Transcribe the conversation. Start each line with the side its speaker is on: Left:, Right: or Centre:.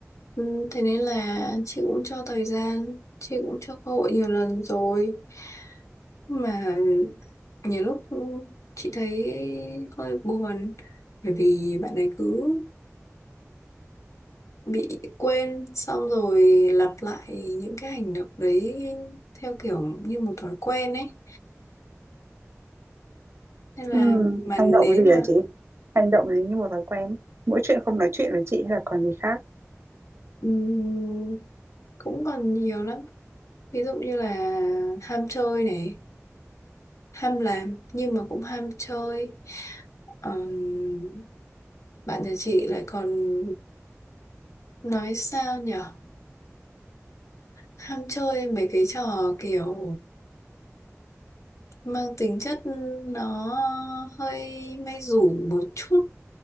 Left: Ừm, thế nên là chị cũng cho thời gian chị cũng cho cơ hội nhiều lần rồi mà nhiều lúc chị thấy hơi buồn bởi vì bạn ấy cứ bị quên xong rồi lặp lại những cái hành động đấy theo kiểu như một thói quen ấy nên là
Right: Ừm,
Left: mà
Right: hành
Left: nếu
Right: động gì
Left: mà
Right: hả chị hành động gì như một thói quen mỗi chuyện không nói chuyện với chị hay là còn gì khác
Left: ừm, cũng còn nhiều lắm ví dụ như là ham chơi này ham làm nhưng mà cũng ham chơi Ờm, bạn nhà chị lại còn nói sao nhở ham chơi mấy cái trò kiểu mang tính chất nó hơi may rủi một chút